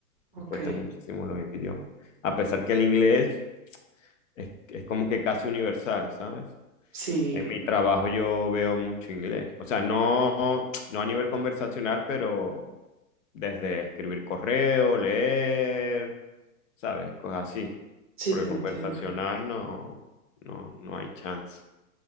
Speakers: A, on the right; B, on the left.
A: ok.
B: Me cuesta muchísimo los idiomas. A pesar que el inglés es, es como que casi universal, ¿sabes?
A: Sí,
B: En mi trabajo yo veo mucho inglés. O sea, no, no a nivel conversacional, pero desde escribir correo, leer, ¿sabes? Cosas así.
A: sí
B: Porque
A: te
B: conversacional
A: entiendo.
B: no, no, no hay chance.